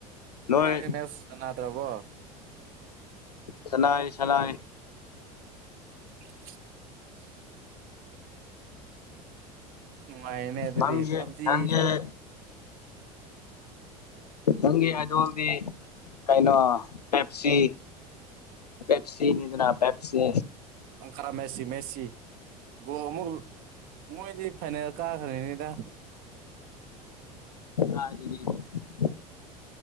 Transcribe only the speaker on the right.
ꯅꯪ ꯑꯦ ꯃꯦꯁ ꯁꯅꯥꯗ꯭ꯔꯕꯣ
<unintelligible> ꯅꯨꯡꯉꯥꯏꯔꯦꯅꯦ ꯑꯗꯨꯗꯤ
ꯄꯞꯖꯤꯁꯦ
ꯑꯪꯀꯔꯥ ꯃꯦꯠꯁꯤ ꯃꯦꯠꯁꯤ ꯒꯣ ꯑꯃꯨꯛ ꯃꯣꯏꯗꯤ ꯐꯥꯏꯅꯦꯜ ꯀꯥꯈ꯭ꯔꯦꯅꯤꯗ